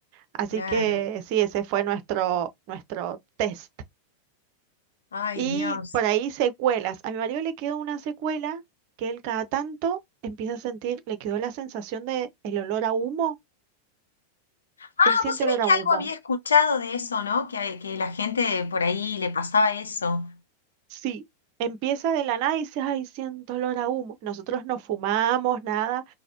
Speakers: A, on the right (about 45°); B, on the left (about 70°).
A: Así
B: Claro.
A: que sí, ese fue nuestro, nuestro test.
B: Ay,
A: Y
B: Dios.
A: por ahí secuelas. A mi marido le quedó una secuela que él cada tanto empieza a sentir, le quedó la sensación de el olor a humo.
B: Ah,
A: Él siente
B: vos sabés
A: olor a
B: que
A: humo.
B: algo había escuchado de eso, ¿no? Que, a- que la gente por ahí le pasaba eso.
A: Sí, empieza de la nada y dices, ay, siento olor a humo. Nosotros no fumamos nada,